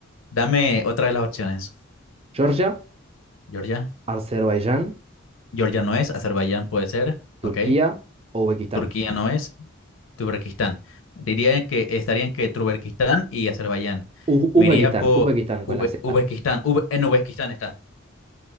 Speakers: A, on the left; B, on the right.
A: Dame otra de las opciones.
B: Georgia,
A: Georgia.
B: Azerbaiyán,
A: Georgia no es. Azerbaiyán puede ser. Ok.
B: Turquía o Uzbekistán.
A: Turquía no es. Turberquistán. Diría que estarían que Turberquistán y Azerbaiyán.
B: U-
A: Me
B: Uzbekistán,
A: iría por
B: Uzbekistán con
A: Ube-
B: la Z.
A: Uzbekistán. Ube- en Uzbekistán está.